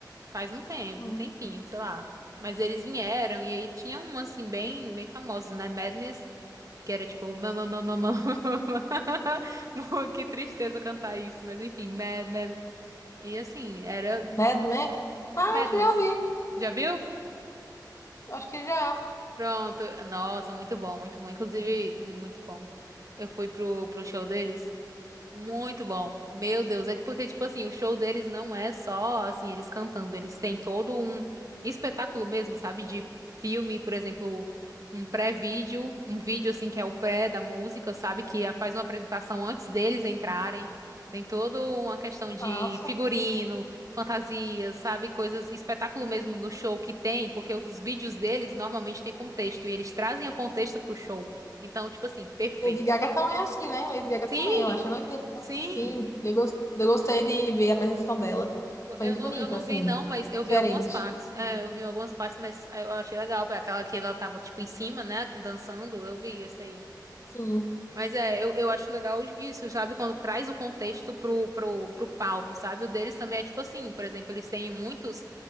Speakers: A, on the right (about 50°); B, on the left (about 45°).
A: faz um tempo,
B: Hum.
A: um tempinho, sei lá. Mas eles vieram e aí tinha um, assim, bem, bem famoso, né? Madness, que era tipo, mama, mama, mama. <laughs> Que tristeza cantar isso, mas enfim, Mad, Mad. E assim, era
B: Mad Men? Ah,
A: Madness.
B: acho que já ouvi.
A: Já viu?
B: Acho que já.
A: Pronto. Nossa, muito bom, muito bom. Inclusive, muito bom. Eu fui pro, pro show deles. Muito bom. Meu Deus, é porque, tipo assim, o show deles não é só, assim, eles cantando, eles têm todo um espetáculo mesmo, sabe? De filme, por exemplo, um pré-vídeo, um vídeo, assim, que é o pré da música, sabe? Que a- faz uma apresentação antes deles entrarem. Tem toda uma questão de
B: Nossa.
A: figurino, fantasias, sabe? Coisas, espetáculo mesmo no show que tem, porque os vídeos deles normalmente têm contexto, e eles trazem o contexto pro show. Então, tipo assim, perfeito.
B: Lady Gaga também é assim, né? Lady Gaga
A: Sim,
B: também, eu acho. Eu não entendi.
A: sim.
B: Sim, eu gos- eu gostei de ver a apresentação dela. Foi
A: Eu
B: muito
A: não,
B: bonita,
A: eu não
B: assim.
A: vi, não, mas eu
B: Diferente.
A: vi algumas partes. É, eu vi algumas partes, mas eu achei legal. pra Aquela que ela tava, tipo, em cima, né? Dançando, eu vi essa aí.
B: Sim.
A: Mas é, eu, eu acho legal isso, sabe? Quando traz o contexto pro, pro, pro palco, sabe? O deles também é tipo assim, por exemplo, eles têm muitos,